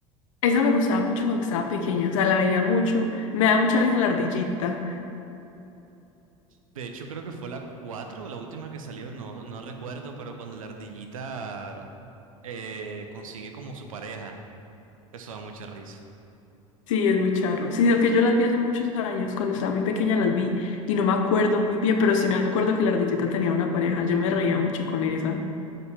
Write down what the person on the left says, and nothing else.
Esa me gustaba mucho cuando estaba pequeña, o sea, la veía mucho. Me da mucha risa la ardillita.
Sí, es muy charro. Sí, lo que yo las vi hace muchos años, cuando estaba muy pequeña las vi y no me acuerdo muy bien, pero sí me acuerdo que la ardillita tenía una pareja. Yo me reía mucho con esa.